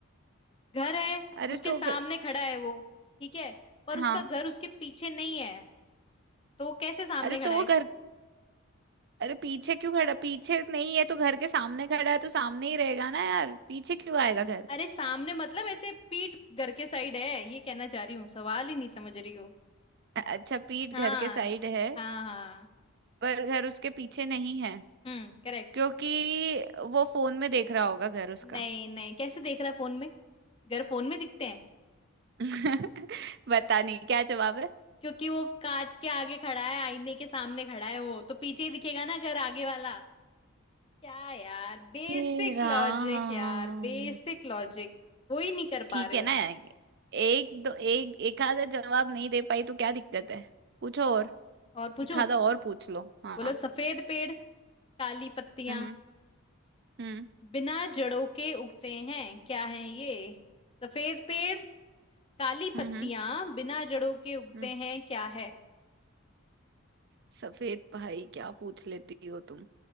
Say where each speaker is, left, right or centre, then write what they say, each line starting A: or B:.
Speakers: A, on the left (about 25°); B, on the right (about 50°).
A: घर है
B: अरे
A: उसके
B: तो
A: सामने
B: घ-
A: खड़ा है वो ठीक है पर उसका
B: हाँ
A: घर उसके पीछे नहीं है तो वो कैसे सामने
B: अरे
A: खड़ा
B: तो
A: है
B: वो घर अरे पीछे क्यों खड़ा पीछे नहीं है तो घर के सामने खड़ा है तो सामने ही रहेगा ना यार पीछे क्यों आएगा घर
A: अरे सामने मतलब ऐसे पीठ घर के साइड है ये कहना चाह रही हूँ सवाल ही नहीं समझ रही हो
B: अ- अच्छा पीठ
A: हाँ
B: घर के साइड है
A: हाँ हाँ
B: पर घर उसके पीछे नहीं है
A: हम्म करेक्ट
B: क्योंकि वो फोन में देख रहा होगा घर उसका
A: नहीं नहीं कैसे देख रहा है फोन में घर फोन में दिखते हैं
B: <laughs> बता नहीं क्या जवाब है
A: क्योंकि वो कांच के आगे खड़ा है आईने के सामने खड़ा है वो तो पीछे ही दिखेगा ना घर आगे वाला क्या यार बेसिक
B: हे राम
A: लॉजिक यार बेसिक लॉजिक कोई नहीं कर
B: ठीक
A: पा रहे
B: है
A: हो
B: ना एक दो एक एक आधा जवाब नहीं दे पाई तो क्या दिक्कत है पूछो और
A: और पूछूं
B: एक आधा और पूछ लो हाँ
A: बोलो सफेद पेड़ काली पत्तियां
B: हम्म हम्म
A: बिना जड़ों के उगते हैं क्या है ये सफेद पेड़ काली
B: हम्म
A: पत्तियां
B: हम्म।
A: बिना जड़ों के उगते
B: हम्म।
A: हैं क्या है
B: सफेद भाई क्या पूछ लेती हो तुम